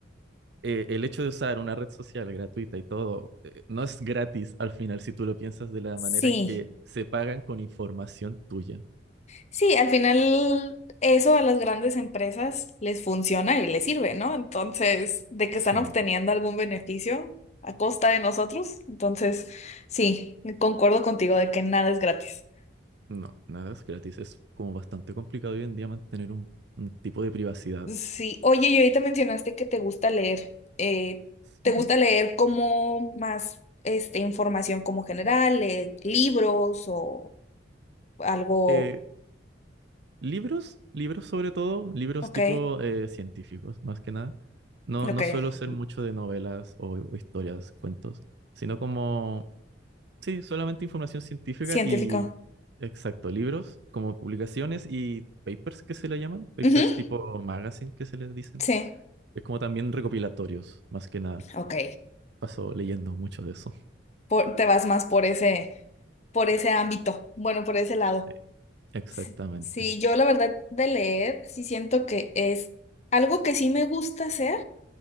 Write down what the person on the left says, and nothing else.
Sí.
Sí, al final eso a las grandes empresas les funciona y les sirve, ¿no? Entonces, de que
están obteniendo algún beneficio a costa de nosotros. Entonces, sí, concuerdo contigo de que nada es gratis.
Sí, oye, y ahorita mencionaste que te gusta leer. eh, ¿te
gusta leer como más este, información como general, eh, libros o algo?
Ok,
ok.
Científico.
Ujú,
Sí,
ok.
por- te vas más por ese, por ese ámbito, bueno, por ese lado.
S- Sí, yo la verdad de leer, sí siento que es algo que sí me gusta hacer,